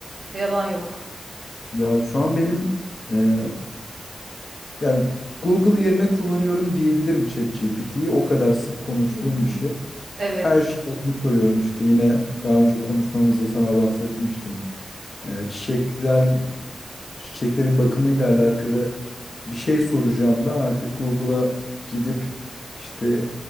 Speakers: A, on the right (about 75°); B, on the left (about 50°).
A: Yalan yok.
B: ya şu an benim e, yani Google yerine kullanıyorum diyebilirim ChatGPT'yi. O kadar sık konuştuğum
A: Kesin.
B: bir şey.
A: Evet.
B: Her şeyi ona soruyorum işte. Yine daha önce konuşmamızda sana bahsetmiştim. Ee, çiçekler çiçeklerin bakımıyla alakalı bir şey soracağım da artık Google'a gidip işte